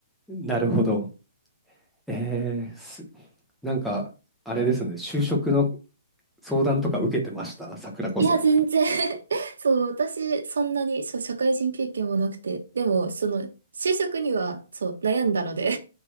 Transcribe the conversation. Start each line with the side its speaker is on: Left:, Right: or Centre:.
Centre: なるほど。えー、すなんか、あれですね、就職の相談とか受けてました、桜子さん。
Right: いや、全然 <laughs> そう、私、そんなに、そう、社会人経験もなくて、でも、その、就職には、そう、悩んだので